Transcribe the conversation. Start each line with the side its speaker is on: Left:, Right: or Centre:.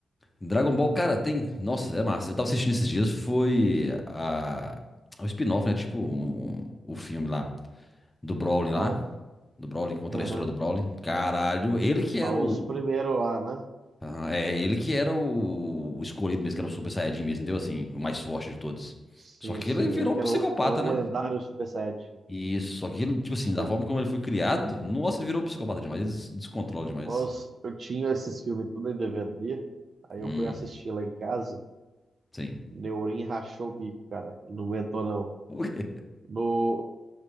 Left: Dragon Ball, cara, tem, nossa, é massa. Eu tava assistindo esses dias, foi a o spin-off, né? Tipo um- um, o filme lá do Broly
Right: Qual?
Left: lá, do Broly contra
Right: Aham.
Left: a história do Broly. Caralho, ele que
Right: Mas
Left: era
Right: os
Left: o
Right: primeiros lá, né?
Left: Aham, É, ele que era o, o escolhido mesmo, que era o Super Saiyajin mesmo, entendeu? Assim, o mais forte de todos.
Right: Sim,
Left: Só que
Right: sim.
Left: ele virou
Right: Ele que
Left: um psicopata,
Right: era o, era o
Left: né?
Right: lendário Super Saiyajin.
Left: E isso, só que ele, tipo assim, da
Right: No,
Left: forma como ele foi criado, nossa, ele virou um psicopata demais, ele se descontrola
Right: nós-
Left: demais.
Right: eu tinha esses filmes tudo em DVD. Aí eu
Left: Hum,
Right: fui assistir lá em casa.
Left: sim. <laughs>
Right: Neurinho rachou o bico, cara. Ele não aguentou, não.
Left: O quê?
Right: No,